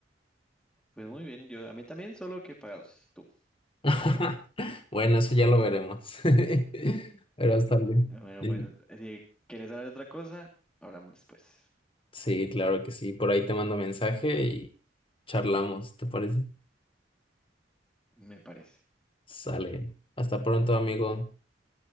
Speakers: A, in the centre; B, on the left (about 30°).
A: Pues muy bien, yo a mí también, solo que pagados, tú,
B: <laughs>
A: yo no.
B: Bueno, eso ya lo veremos. <laughs> Pero está bien.
A: Bueno,
B: Bien.
A: pues si quieres hablar de otra cosa, hablamos después,
B: Sí, claro que sí. Por ahí te mando mensaje y charlamos, ¿te parece?
A: me parece.
B: Sale. Hasta pronto, amigo.